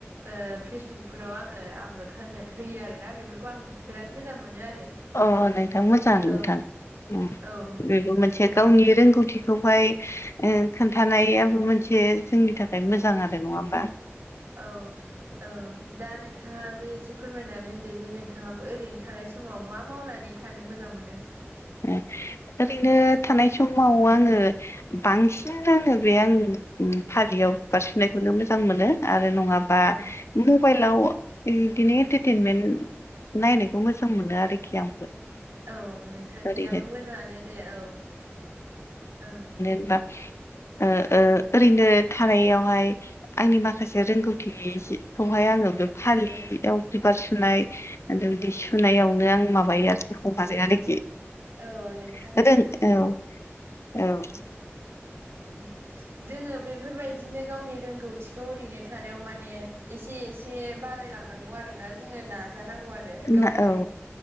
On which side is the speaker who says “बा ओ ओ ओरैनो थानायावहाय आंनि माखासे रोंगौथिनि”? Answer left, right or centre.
Left